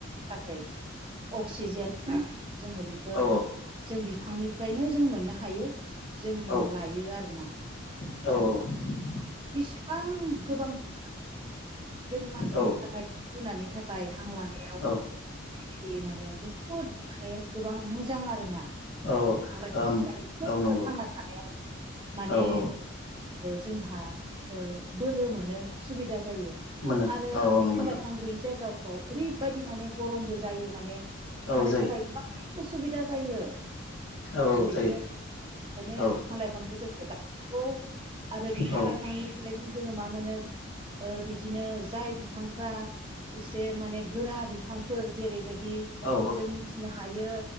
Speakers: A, on the right (about 25°); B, on the left (about 60°).
A: थाखाय अक्सिजेन जोङो बेखौ
B: औ
A: जों बिफांनिफ्रायनो जों मोननो हायो जों
B: औ
A: लायो आरोना।
B: औ।
A: बिसिबां गोबां बिफां जों मानसिनि
B: औ
A: थाखाय जिब जुनारनि थाखाय हां लानायाव
B: औ
A: बेबायदि माने बुहुद माने गोबां मोजां आरो ना।
B: औ
A: बिफां लाइफां
B: ओम औ नंगौ
A: थांना थानाया माने
B: औ औ
A: जोंहा बोलो मोनो सुबिदा जायो
B: मोनो
A: आरो
B: औ औ
A: बिफां
B: नंगौ नोंथां
A: लाइफां गैयै जायगाफ्राव ओरैबायदि माने गरमबो जायो माने
B: औ
A: थानो
B: जायो
A: थाखाय गोबां उसुबिदा जायो।
B: औ औ
A: बेबायदि
B: जायो
A: आरो ओंखायनो
B: औ
A: बिफां-लाइफांबो जोङो। आरो बिफां
B: औ
A: लाइफांनिफ्राय जोङो मा मोनो ओ बिदिनो जाय बिफांफ्रा एसे माने गोरा बिफांफोर जेरैबायदि
B: औ
A: जों मिथिनो हायो।